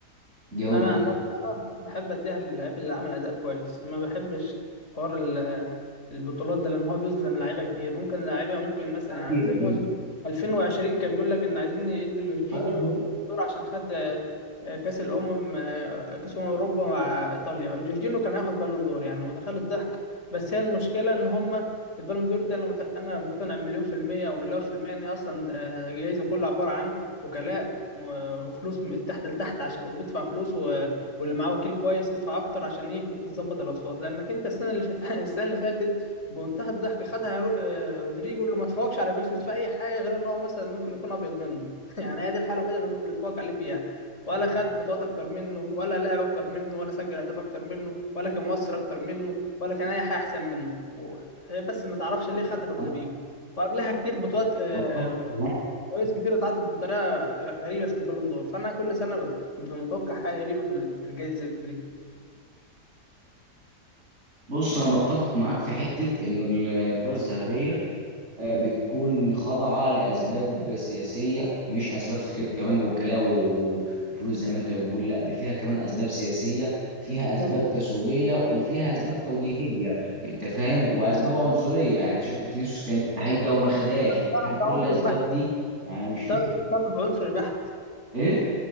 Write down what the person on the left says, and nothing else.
انا عن نفسي بحب اديها للاعيب اللي عمل اداء كويس ما بحبش حوار البطولات ده لان هو بيظلم لعيبه كتير ممكن لعيبه ممكن مثلا
يعني زي ما 2020 كان بيقول لك ان عايزين يدوا جورجينيو
الدور عشان خد آه، كاس الامم آه، كاس امم اوروبا مع ايطاليا وجورجينيو كان هياخد بالون دور يعني متخيل الضحك بس هي المشكله ان هم البالون دور ده انا مت- انا مقتنع مليون في الميه او مليار في الميه ان هي اصلا آه، جايزه كلها عباره عن وكلاء و- وفلوس من تحت لتحت عشان وبيدفع فلوس و... واللي معاه وكيل كويس يدفع اكتر عشان ايه تظبط الاصوات لانك انت السنه اللي ف... <laughs> السنه اللي فاتت بمنتهى الضحك خدها رو- آه، رودريجو اللي ما اتفوقش على فينيسيوس في اي حاجه غير ان هو مثلا ممكن يكون ابيض منه <laughs> يعني هي دي الحاله الوحيده اللي اللي اتفوق عليه فيها ولا خد بطولات اكتر منه ولا لعب اكتر منه ولا سجل اهداف اكتر منه ولا كان مؤثر اكتر منه ولا كان اي حاجه احسن منه و- هي بس ما تعرفش ليه خدها رودريجو
وقبلها كتير بطولات آه،
جوائز كتير اتعطت بطريقه غ- غريبه في البالون دور فانا كل سنه ب- ببقى متوقع حاجه غريبه في ال- في الجائزه دي
وممكن
ده
ده عنصر
بحت
ده ده عنصر بحت